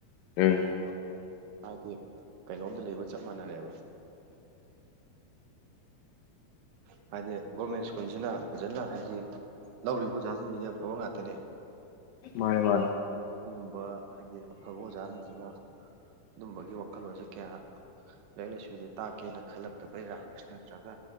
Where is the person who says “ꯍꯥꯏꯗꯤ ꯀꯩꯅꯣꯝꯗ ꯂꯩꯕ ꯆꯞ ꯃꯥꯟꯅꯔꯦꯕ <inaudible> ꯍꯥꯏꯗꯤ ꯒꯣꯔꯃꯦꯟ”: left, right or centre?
Right